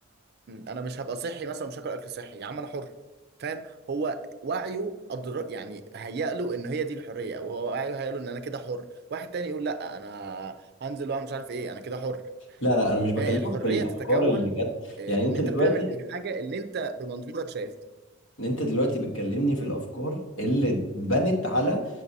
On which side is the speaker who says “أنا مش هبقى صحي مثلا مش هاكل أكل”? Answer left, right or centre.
Right